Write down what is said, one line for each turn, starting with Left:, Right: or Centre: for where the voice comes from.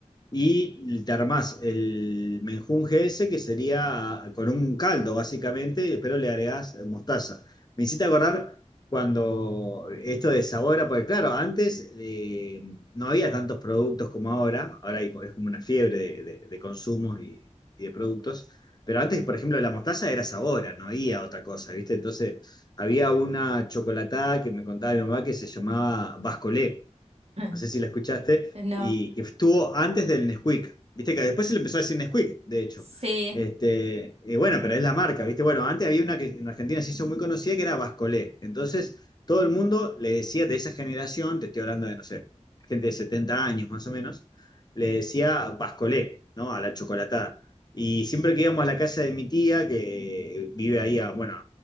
Left: y te armás el menjunje ese, que sería con un caldo, básicamente, pero le agregás mostaza. Me hiciste acordar cuando esto de sabora porque claro, antes eh, no había tantos productos como ahora, ahora hay- es como una fiebre de, de- de consumos y, y de productos, pero antes, por ejemplo, la mostaza era sabora, no había otra cosa, ¿viste? Entonces, había una chocolatada que me contaba mi mamá que se llamaba Bascolé
Right: <laughs>
Left: no sé si la escuchaste,
Right: No,
Left: y que estuvo antes del Nesquik. Viste que después se le empezó a decir Nesquik, de hecho.
Right: sí,
Left: Este, eh, bueno, pero es la marca, ¿viste? Bueno, antes había una que en Argentina se hizo muy conocida que era Bascolé. Entonces, todo el mundo le decía de esa generación, te estoy hablando de, no sé, gente de 70 años más o menos, le decía Bascolé, ¿no? A la chocolatada. Y siempre que íbamos a la casa de mi tía, que vive ahí a, bueno,